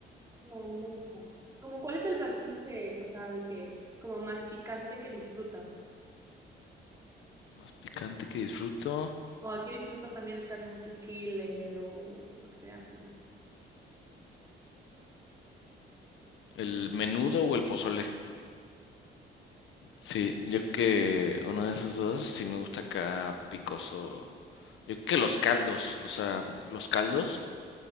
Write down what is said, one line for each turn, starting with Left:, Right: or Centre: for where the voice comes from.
Right: No, no me gusta. Como, ¿cuál es el platillo que, o sea, de que, como más picante que disfrutas?
Left: Más picante que disfruto.
Right: ¿O a qué disfrutas también echarle mucho chile o no sé, así?
Left: ¿El menudo o el pozole? Sí, yo creo que uno de esos dos sí me gusta acá picoso. Yo creo que los caldos, o sea, los caldos.